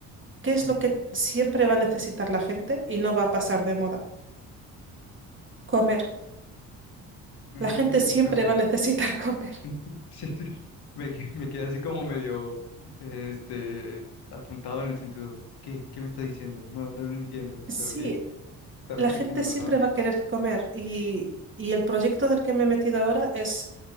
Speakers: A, on the right; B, on the left.
A: ¿Qué es
B: ujú.
A: lo que siempre va a necesitar la gente y no va a pasar de moda? Comer.
B: Mm,
A: La gente siempre
B: pues sí,
A: va a necesitar <laughs> comer.
B: <laughs> sí, sí. Me, que- me quedé así como medio, este, atontado en el sentido, ¿qué? ¿Qué me está diciendo? No, no, lo entiendo,
A: Sí,
B: pero sí, justamente,
A: la gente
B: tienes
A: siempre
B: razón.
A: va a querer comer y, y el proyecto del que me he metido ahora es